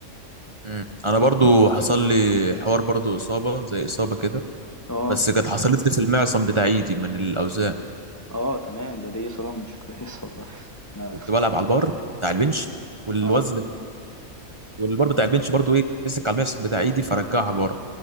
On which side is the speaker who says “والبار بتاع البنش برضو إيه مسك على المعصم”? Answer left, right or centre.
Right